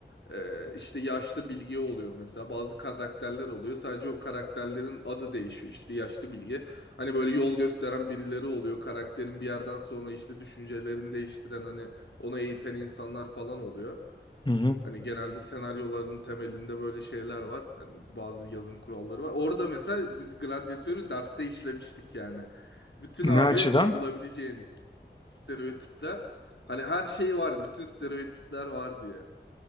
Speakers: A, on the left; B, on the left.
A: e, işte yaşlı bilge oluyor mesela. Bazı karakterler oluyor. Sadece o karakterlerin adı değişiyor. İşte yaşlı bilge. Hani böyle yol gösteren birileri oluyor. Karakterin bir yerden sonra işte düşüncelerini değiştiren hani onu eğiten insanlar falan oluyor.
B: Hı hı.
A: Hani genelde senaryoların temelinde böyle şeyler var. Hani bazı yazım kuralları var. Orada mesela biz gladyatörü derste işlemiştik yani. Bütün
B: Ne
A: abi
B: açıdan?
A: bulabileceğin stereotipler. Hani her şey var. Bütün stereotipler var diye.